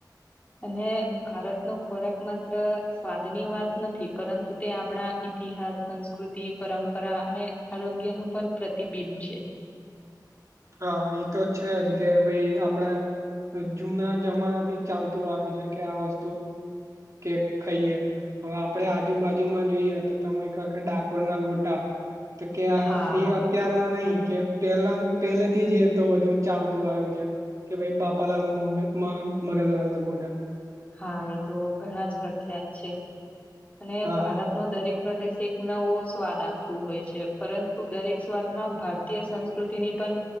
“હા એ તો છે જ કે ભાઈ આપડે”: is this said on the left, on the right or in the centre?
Right